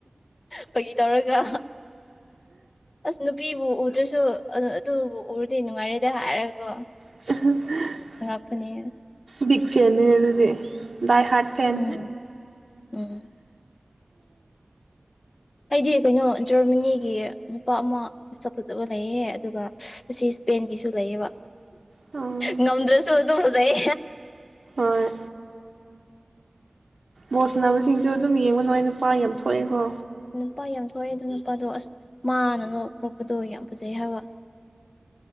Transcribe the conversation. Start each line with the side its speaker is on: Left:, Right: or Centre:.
Left: ꯐꯒꯤ ꯇꯧꯔꯒ ꯑꯁ ꯅꯨꯄꯤꯕꯨ ꯎꯗ꯭ꯔꯁꯨ ꯑꯗꯨꯕꯨ ꯎꯔꯗꯤ ꯅꯨꯡꯉꯥꯏꯔꯦꯗ ꯍꯥꯏꯔꯒꯀꯣ
Right: <unintelligible>
Left: ꯑꯉꯛꯄꯅꯤ
Right: ꯕꯤꯒ ꯐꯦꯟꯅꯦ ꯑꯗꯨꯗꯤ ꯗꯥꯏ ꯍꯥꯔꯠ ꯐꯦꯟ
Left: ꯎꯝ ꯎꯝ ꯑꯩꯗꯤ ꯀꯩꯅꯣ ꯖꯔꯃꯅꯤꯒꯤ ꯅꯨꯄꯥ ꯑꯃ ꯃꯁꯛ ꯐꯖꯕ ꯂꯩꯌꯦ ꯑꯗꯨꯒ ꯑꯁꯤ ꯏꯁꯄꯦꯟꯒꯤꯁꯨ ꯂꯩꯌꯦꯕꯥ
Right: ꯎꯝ
Left: ꯉꯝꯗ꯭ꯔꯁꯨ ꯑꯗꯨꯝ ꯐꯖꯩ
Right: ꯍꯣꯏ ꯕꯣꯜꯁꯅꯕꯁꯤꯡꯁꯨ ꯑꯗꯨꯝ ꯌꯦꯡꯕ ꯅꯣꯏ ꯅꯨꯄꯥ ꯌꯥꯝ ꯊꯣꯛꯑꯦꯀꯣ
Left: ꯅꯨꯄꯥ ꯌꯥꯝ ꯊꯣꯛꯑꯦ ꯑꯗꯨ ꯅꯨꯄꯥꯗꯣ ꯑꯁ ꯃꯥꯅ ꯄꯣꯔꯛꯄꯗꯣ ꯌꯥꯝ ꯐꯖꯩ ꯍꯥꯏꯕ